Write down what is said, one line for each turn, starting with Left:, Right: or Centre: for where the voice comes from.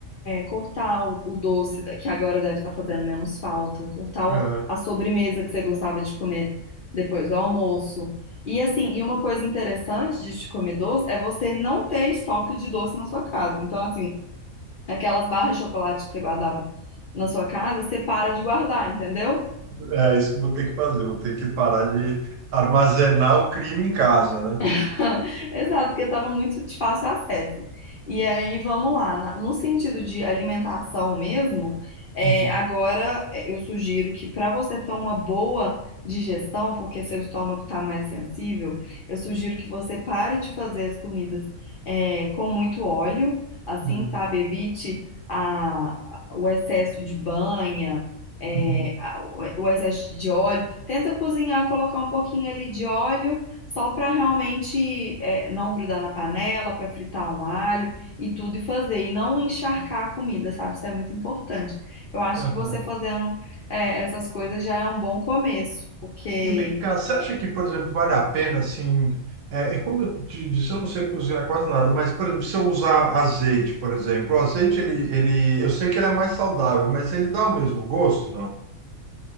Left: cortar o, o doce, da- que agora deve estar fazendo menos falta, cortar
Right: né?
Left: o- a sobremesa que você gostava de comer depois do almoço. E assim, e uma coisa interessante de te comer doce é você não ter estoque de doce na sua casa. Então, assim, aquelas barras de chocolate que você guardava na sua casa, você para de guardar, entendeu?
Right: É, é isso que eu vou ter que fazer, vou ter que parar de armazenar o crime em casa, né?
Left: <laughs> Exato, porque estava muito de fácil acesso. E aí, vamos lá, na- no sentido de alimentação mesmo, é,
Right: Uhum,
Left: agora é, eu sugiro que para você ter uma boa digestão, porque seu estômago está mais sensível, eu sugiro que você pare de fazer as comidas é, com muito óleo, assim,
Right: uhum,
Left: sabe? Evite a- a- o excesso de banha, é,
Right: uhum.
Left: a- o o excesso de óleo. Tenta cozinhar, colocar um pouquinho ali de óleo só para realmente é, não grudar na panela, para fritar um alho e tudo e fazer, e não encharcar a comida, sabe? Isso é muito importante. Eu acho
Right: Aham.
Left: que você fazendo é, essas coisas já é um bom começo, porque
Right: E vem cá, você acha que, por exemplo, vale a pena, assim, é, é como eu te disse, eu não sei cozinhar quase nada, mas, por exemplo, se eu usar azeite, por exemplo, o azeite, ele, ele, eu sei que ele é mais saudável, mas ele dá o mesmo gosto, não?